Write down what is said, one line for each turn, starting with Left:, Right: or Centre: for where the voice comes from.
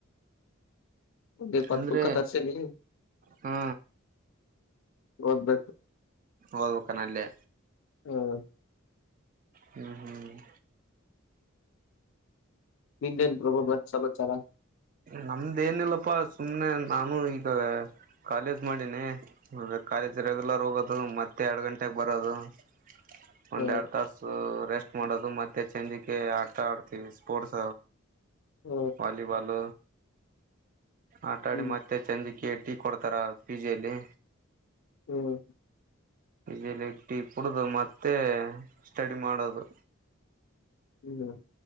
Left: ಒಂದು ಇಪ್ಪತ್ತು
Right: ಅಂದ್ರೆ
Left: ಬುಕ್ಕ ತರ್ಸೀನಿ
Right: ಹಾ
Left: ಓದ್ಬೇಕು
Right: ಓದ್ಬೇಕಾನಲ್ಲೇ
Left: ಹ್ಮ
Right: ಹ್ಮ್ ಹ್ಮ್
Left: ಇಂಡಿಯನ್ ಪ್ರೊಬೋ ಬರ್ ಸಬ ಸಲ್ಲ
Right: ನಮ್ದ ಏನಿಲ್ಲಪ್ಪಾ ಸುಮ್ನೆ ನಾನು ಇದತದೆ ಕಾಲೇಜ್ ಮಾಡಿನಿ ಕಾಲೇಜ್ ರೆಗ್ಯುಲರ್ ಹೋಗೋದು ಮತ್ತೆ ಎರಡು ಗಂಟೆಗೆ ಬರೋದು <inaudible> ಒಂದು
Left: ಹ
Right: ಎರಡು ತಾಸು ರೆಸ್ಟ್ ಮಾಡೋದು ಮತ್ತೆ ಚೆಂಜಕ್ಕೆ ಆಡ್ತಾ ಆಡ್ತೀವಿ ಸ್ಪೋರ್ಟ್ಸ
Left: ಹ
Right: ವಾಲಿಬಾಲ್ ಆಟಾಡಿ
Left: ಹ್ಮ್
Right: ಮತ್ತೆ ಚಂದಿಕ ಟೀ ಕೊಡ್ತಾರ ಪಿಜಲಿ
Left: ಹ್ಮ್
Right: ಈಲಿಟ್ಟಿ ಪಡ್ದ ಮತ್ತೆ ಸ್ಟಡಿ ಮಾಡೋದು
Left: ಹ್ಮ್